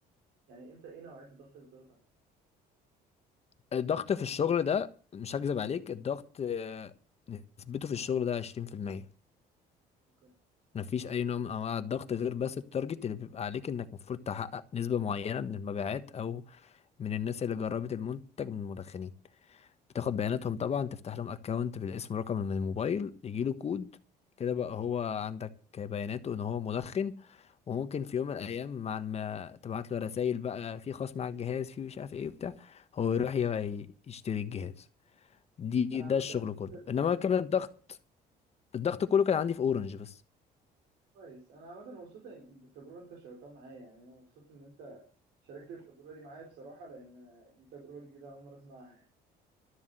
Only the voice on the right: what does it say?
يعني انت ايه نوعية الضغط اللي بتضغط عليك
اوكي
انا عامة
الفكرة
كويس انا عامه مبسوط إن- بالتجربه انت شاركتها معايا يعني انا مبسوط ان انت شاركت التجربه دي معايا بصراحه لان دي تجربه جديده اول مره اسمعها يعني